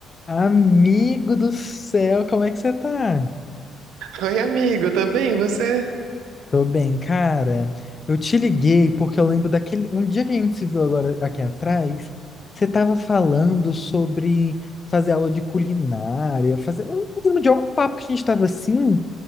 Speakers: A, on the left (about 20°); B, on the right (about 75°).
A: Amigo do céu, como é que você tá?
B: Oi, amigo, tudo bem? Você?
A: Tô bem, cara. Eu te liguei porque eu lembro daquele. Um dia que a gente se viu agora aqui atrás, você tava falando sobre fazer aula de culinária, fazer. Eu lembro de algum papo que a gente tava assim,